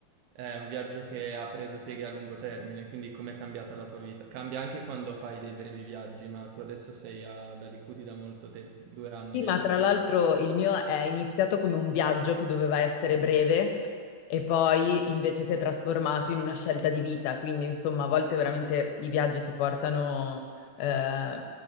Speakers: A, on the right (about 75°); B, on the left (about 80°).
A: è un viaggio che ha preso pieghe a lungo termine, quindi com'è cambiata la tua vita? Cambia anche quando fai dei brevi viaggi, ma tu adesso sei ad Alicudi da molto tempo, due anni
B: Sì,
A: mi
B: ma
A: hai detto.
B: tra l'altro il mio è iniziato come un viaggio che doveva essere breve e poi invece si è trasformato in una scelta di vita, quindi insomma a volte veramente i viaggi ti portano eh,